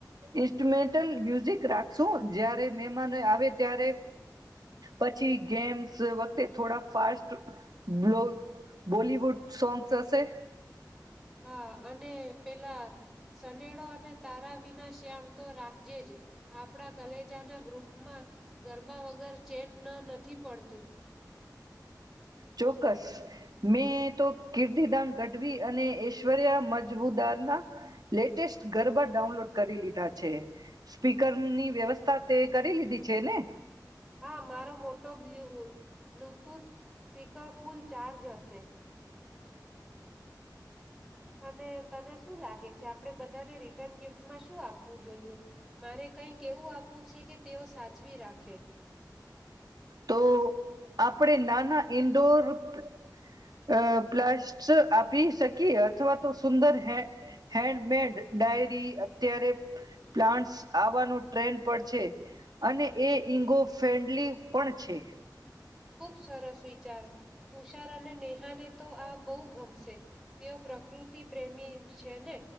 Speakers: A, on the right (about 65°); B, in the centre.
A: ઇન્સ્ટ્રુમેન્ટલ મ્યુઝિક રાખશું જારે મહેમાનો આવે ત્યારે પછી ગેમ્સ વખતે થોડા ફાસ્ટ બલો બોલીવુડ સોગસશે
B: હા અને પેલા સનેડો અને તારા વિના શ્યામ તો રાખજે જ આપણા કલેજાના ગ્રુપમાં ગરબા વગર ચેન ન નથી પડતું.
A: ચોક્કસ મેં તો કિર્દીદાન ગઢવી અને ઐશ્વર્ય મજબુદારના લેટેસ્ટ ગરબા ડાઉનલોડ કરી લીધા છે સ્પીકરની વ્યવસ્થા તે કરી લીધી છે ને
B: હા મારો મોટો બ્લ બ્લુટૂથ સ્પીકર ફૂલ ચાર્જ હશે. અને તને શું લાગે છે આપડે બધાને રિટર્ન ગિફ્ટ શું આપવું જોઈએ મારે કઈક એવું આપવું છે કે તેઓ સાચવી રાખે
A: તો આપણે નાના ઇન્ડોર અ પ્લાસ્ટ આપી શકીએ અથવા તો સુંદર હે હેન્ડમેડ ડાયરી અત્યારે પ્લાન્ટ્સ આવવાનો ટ્રેન્ડ પર છે અને એ ઈગોફ્રેન્ડલી પણ છે.
B: ખુબ સરસ વિચાર તુષાર અને નેહાને તો આ બહુ ગમશે તેઓ પ્રકૃતિ પ્રેમી છે ને